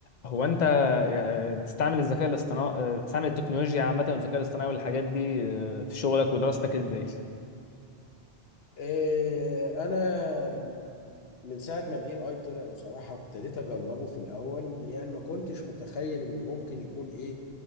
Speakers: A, on the left (about 50°); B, on the left (about 70°).
A: هو انت يعني بتستعمل الذكاء الاصطناعي بتستعمل التكنولوجيا عامة والذكاء الاصطناعي والحاجات دي آه، في شغلك ودراستك ازاي؟
B: إيه، انا من ساعه ما الاي اي طلع بصراحه ابتديت اجربه في الاول يعني ما كنتش متخيل انه ممكن يكون ايه